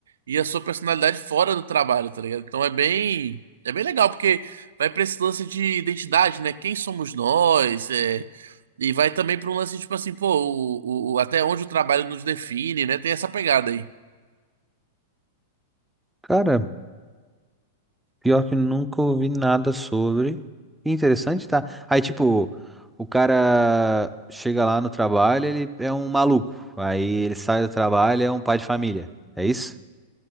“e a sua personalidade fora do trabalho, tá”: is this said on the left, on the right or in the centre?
Right